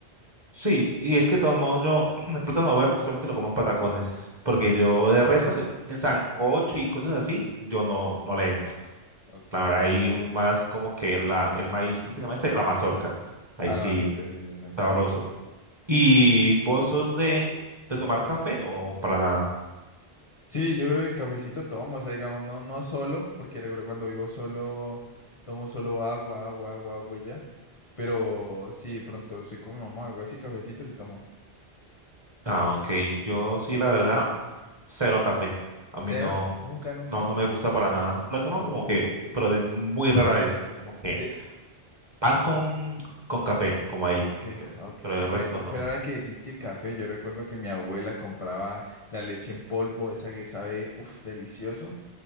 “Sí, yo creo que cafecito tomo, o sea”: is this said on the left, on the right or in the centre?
Left